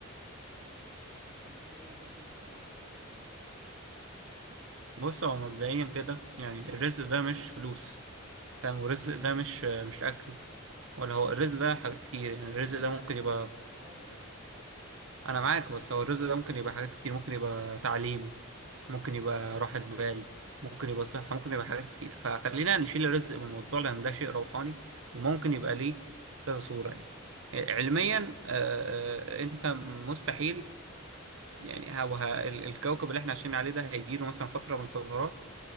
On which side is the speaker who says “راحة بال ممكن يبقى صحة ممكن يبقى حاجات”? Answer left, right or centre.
Right